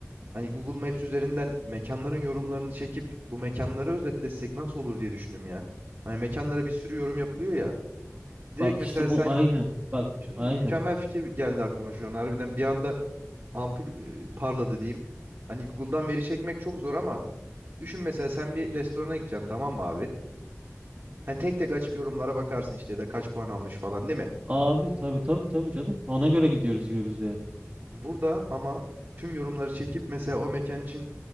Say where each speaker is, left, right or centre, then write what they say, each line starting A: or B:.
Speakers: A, on the right; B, on the right.
A: Hani Google Maps üzerinden mekanların yorumlarını çekip bu mekanları özetlesek nasıl olur diye düşündüm ya. Hani mekanlara bir sürü yorum yapılıyor ya. Direkt
B: Bak
A: mesela
B: işte
A: sen
B: bu aynı. Bak
A: şuna
B: aynen.
A: bu mükemmel fikir geldi aklıma şu an. Harbiden bir anda ampul e, parladı diyeyim. Hani Google'dan veri çekmek çok zor ama düşün mesela sen bir restorana gideceksin tamam mı abi? Hani tek tek açıp yorumlara bakarsın işte ya da kaç puan almış falan değil mi?
B: Abi tabii tabii tabii canım. Ona göre gidiyoruz yiyoruz yani.
A: Burada ama tüm yorumları çekip mesela o mekan için